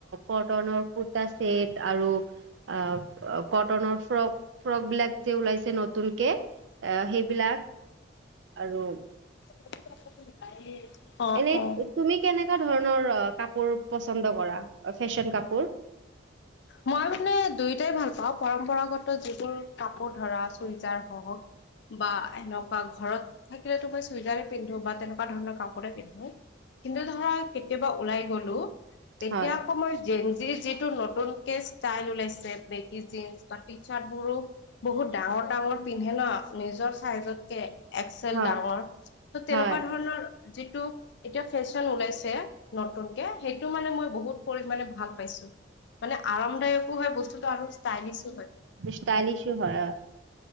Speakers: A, on the right; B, on the left.
A: কটনৰ কুৰ্তা ছেট আৰু আহ কটনৰ ফ্ৰক ফ্ৰক বিলাক যে ওলাইছে নতুনকে এ সেইবিলাক আৰু
B: <unintelligible>
A: এনেই
B: অ'।
A: তুমি কেনেকা ধৰণৰ কাপোৰ পচন্দ কৰা ফেশ্বন কাপোৰ
B: মই মানে দুয়োটাই ভাল পাওঁ পৰম্পৰাগত যিবোৰ কাপোৰ ধৰা চুইজাৰ হওঁক বা এনেকুৱা ঘৰত থাকিলেতো মই চুইজাৰে পিন্ধো বা তেনেকুৱা ধৰণৰ কাপোৰে পিন্ধো কিন্তু ধৰা কেতিয়াবা ওলাই গলো তেতিয়া
A: হয়
B: আকৌ মই যেনজিৰ যিটো নতুন ষ্টাইল ওলাইছে বেকি জিন্স টি চাৰ্ট বোৰো বহুত ডাঙৰ ডাঙৰ পিন্ধে ন নিজৰ চাইজতকে এক্সেল
A: হয়
B: ডাঙৰ ত' তেনেকুৱা
A: হয়
B: ধৰণৰ যিটো এতিয়া ফেশ্বন ওলাইছে নতুনকে সেইটো মানে মই বহুত পৰিমণে ভাল পাইছোঁ মানে আৰামদায়কো হয় বস্তুতটো আৰু ষ্টাইলিছো হয়।
A: ষ্টাইলিছো হয় অ